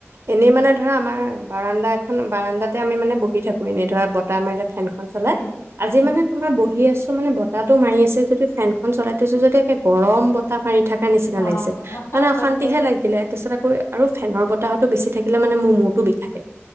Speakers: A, on the right; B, on the left.
A: এনেই মানে ধৰা আমাৰ বাৰাণ্ডা এখন বাৰাণ্ডাতে আমি মানে বহি থাকো এনেই ধৰা বতাহ মে ফেনখন খন চলাই
B: উম
A: আজি
B: উম
A: মানে তোমাৰ বহি আছো মানে বতাহটো মাৰি আছে যদিও ফেনখন ফেনখন চলাই থৈছো যদি এ গৰম বতাহ মাৰি থাকা নিচিনা
B: গৰম
A: লাগিছে
B: বতাহ
A: মানে অশান্তিহে
B: ৰ'দটো আছে
A: লাগিলে তাৰপিছত আকৌ আৰু ফেনৰ বতাহটো বেছি থাকিলে মানে মোৰ মূৰটো বিষায়